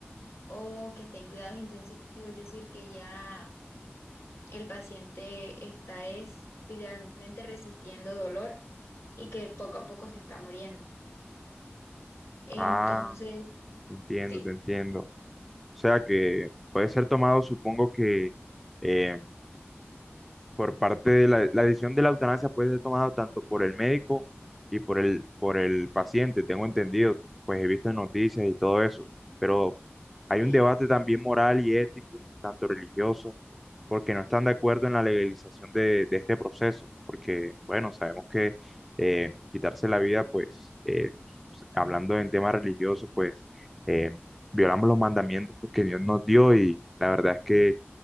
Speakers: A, on the left; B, in the centre.
A: o que esté en cuidados intensivos, es decir, que ya el paciente está es literalmente resistiendo dolor y que poco a poco se está muriendo. Entonces,
B: Ah, te entiendo,
A: sí,
B: te entiendo. O sea que puede ser tomado, supongo que... eh, por parte de la, la decisión de la eutanasia puede ser tomada tanto por el médico y por el, por el paciente, tengo entendido, pues he visto en noticias y todo eso, pero hay
A: sí,
B: un debate también moral y ético, tanto religioso, porque no están de acuerdo en la legalización de, de este proceso, porque, bueno, sabemos que eh, quitarse la vida, pues, eh, hablando en tema religioso, pues, eh, violamos los mandamientos pues, que Dios nos dio y la verdad es que